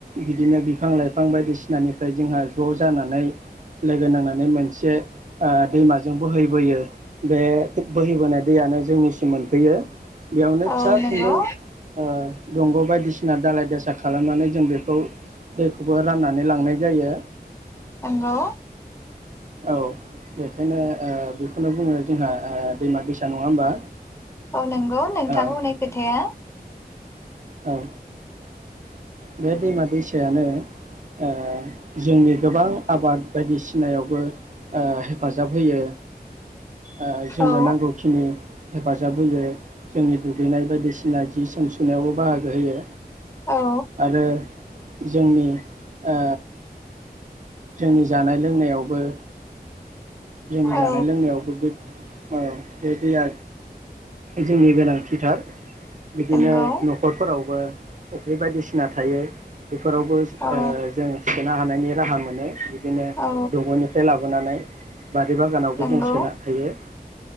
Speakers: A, on the right; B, on the left.
A: बिदिनो बिफां लाइफां बायदिसिनानिफ्राय जोंहा ज' जानानै लोगो नांनानै मोन से ओ दैमाजों बोहैबोयो। बे बोहैबोनाय दैयानो जोंनि मोनफैयो। बेयावनो
B: औ
A: फिसा
B: नंगौ
A: फिन्दौ ओ दंग' बायदिसिना दालाय दासा खालामनानै जों बे खौ दैखौबो राननानै लांनाय जायो।
B: नोंगौ
A: औ बेखायनो बेखौनो बुङो जोंहा ओ दैमा दैसा नङा होमबा।
B: औ नंगौ नोंथां
A: औ
B: बुंनाय खोथाया।
A: औ ओ बे दैमा दैसायानो ओ जोंनि गोबां आबाद बायदिसिनायावबो ओ हेफाजाब होयो। ओ जोंनो
B: औ
A: नांगौखिनि हेफाजाब होयो। जोंनि दुगैनाय बायदिसिना जि जोम सुनायावबो बाहागो होयो
B: औ
A: आरो जोंनि ओ जोंनि जानाय लोंनायाव बो जोंनि
B: औ
A: जानाय लोंनायावबो बे औ बे दैया जोंनि गोनां थिथार बिदिनो
B: नंगौ
A: न'खरफोरावबो फुख्रि बायदिसिना थायो। बेफोरावबो ओ
B: औ
A: जों सोनो हानायनि राहा मोनो बिदिनो
B: औ
A: दंगनिफ्राय लाबोनानै बारि बागानावबो
B: नंगौ
A: जों सोना थायो ।